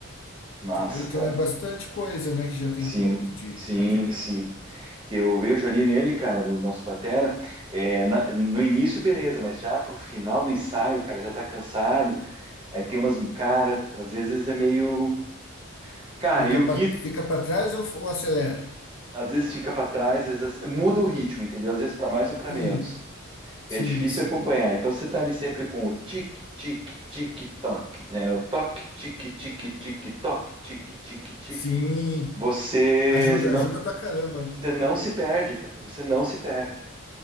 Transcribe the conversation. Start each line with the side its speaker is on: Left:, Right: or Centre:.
Right: Massa,
Left: entendeu? Então
Right: cara.
Left: é bastante coisa, né, que já tem
Right: Sim,
Left: pronto de
Right: sim,
Left: material.
Right: sim. Que eu vejo ali nele, cara, no nosso batera, é, na- no início, beleza, mas já pro final do ensaio, cara, já tá cansado. Aí tem umas, cara, às vezes é meio. Cara,
Left: Fica
Right: e o
Left: para
Right: Gui,
Left: fica para trás ou, ou acelera?
Right: às vezes fica pra trás, às vezes muda o ritmo, entendeu? Às vezes pra mais ou pra
Left: Sim,
Right: menos. Que
Left: sim,
Right: é difícil
Left: sim.
Right: acompanhar. Então você tá ali sempre com o tic, tic, tic, toc, né? O toque, tic, tic, tic, toc, tic, tic, tic.
Left: Sim,
Right: Você,
Left: ajuda,
Right: senão
Left: ajuda pra caramba, né?
Right: Você não se perde, cara. Você não se perde.